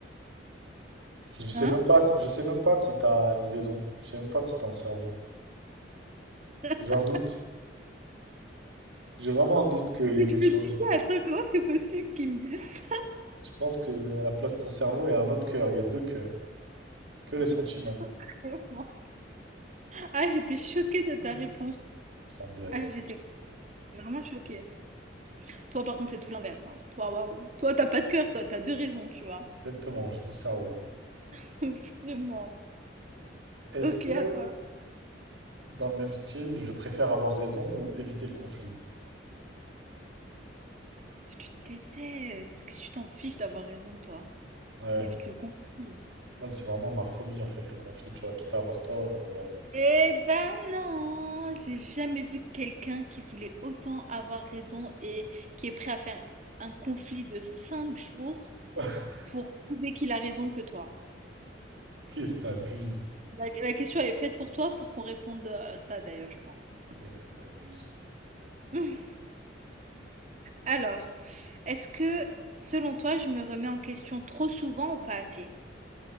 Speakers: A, on the right (about 70°); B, on the right (about 40°).
A: Je sais
B: Hein?
A: même pas, je sais même pas si t'as une raison. Je sais même pas si t'as un cerveau.
B: <laughs>
A: J'ai un doute. J'ai vraiment un doute qu'il y
B: Je
A: ait quelque
B: me
A: chose.
B: disais, attends, comment c'est possible qu'ils me disent ça?
A: Je pense que à la place de ton cerveau, il y a un autre cœur. Il y a deux cœurs. Que les sentiments.
B: <laughs> Vraiment. Ah, j'étais choquée de ta réponse.
A: Sans blague.
B: Ah, j'étais vraiment choquée. Toi, par contre, c'est tout l'inverse, hein. Toi, waouh. Toi, t'as pas de cœur, toi, t'as deux raisons, tu vois.
A: Exactement, j'ai deux cerveaux.
B: <laughs> Vraiment.
A: Est-ce
B: Ok,
A: que,
B: à toi.
A: dans le même style, je préfère avoir raison ou éviter le conflit?
B: Toi, tu te détestes, mais qu'est-ce que tu t'en fiches d'avoir raison, toi.
A: Ouais.
B: T'es vite le compris.
A: Moi, c'est vraiment ma phobie, en fait, le conflit. Tu vois, quitte à avoir tort, euh, voilà.
B: Eh ben non, j'ai jamais vu quelqu'un qui voulait autant avoir raison et qui est prêt à faire un conflit de 5 jours
A: <laughs>
B: pour prouver qu'il a raison que toi.
A: Qu'est-ce que t'abuses?
B: La, la question est faite pour toi pour qu'on réponde à ça d'ailleurs, je pense.
A: Qu'est-ce que t'abuses?
B: <laughs> Alors, est-ce que selon toi, je me remets en question trop souvent ou pas assez?